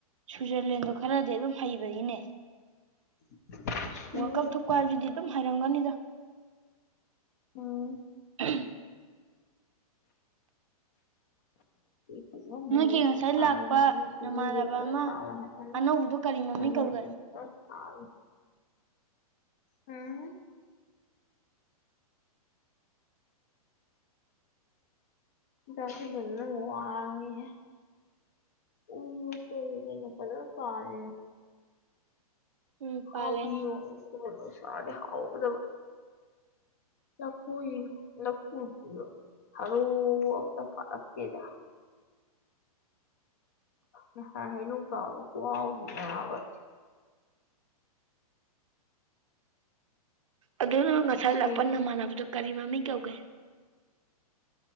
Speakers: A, on the right (about 55°); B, on the left (about 25°).
A: ꯁ꯭ꯋꯤꯖꯔꯂꯦꯟꯗꯣ ꯈꯔꯗꯤ ꯑꯗꯨꯝ ꯍꯩꯕꯅꯤꯅꯦ
B: ꯍ
A: ꯋꯥꯔꯜ ꯀꯞ ꯊꯣꯛꯄ ꯍꯥꯏꯕꯁꯤꯗꯤ ꯑꯗꯨꯝ ꯍꯥꯏꯔꯝꯒꯅꯤꯗ
B: ꯎꯝ
A: ꯎ
B: ꯁꯥ
A: ꯅꯣꯏꯒꯤ ꯉꯁꯥꯏ ꯂꯥꯛꯄ ꯅꯃꯥꯟꯅꯕ
B: ꯍꯥꯏ
A: ꯑꯃ ꯑꯅꯧꯕꯗꯣ
B: ꯍ
A: ꯀꯔꯤ ꯃꯃꯤꯡ ꯀꯧꯒꯦ
B: ꯎꯝ ꯇꯔꯁꯤ ꯖꯅ ꯋꯥꯉꯣꯏ ꯍ ꯎꯏꯁꯨꯉ ꯄ ꯐꯥꯜ
A: ꯎꯝ
B: ꯍꯥꯎꯕꯤ
A: ꯄꯥꯜꯂꯦ
B: ꯁꯥꯔꯦ ꯍꯥꯎꯗꯕ ꯂꯄꯨ ꯂꯄꯨ ꯍꯂꯣꯗ ꯐꯔꯛꯦꯗ ꯅ ꯆꯕ ꯀꯎ ꯌꯥꯕ
A: ꯑꯗꯨꯅ ꯉꯁꯥꯏ
B: ꯊꯤ
A: ꯂꯥꯛꯄ ꯅꯃꯥꯟꯅꯕꯗꯨꯣ ꯀꯔꯤ ꯃꯃꯤꯡ ꯀꯧꯒꯦ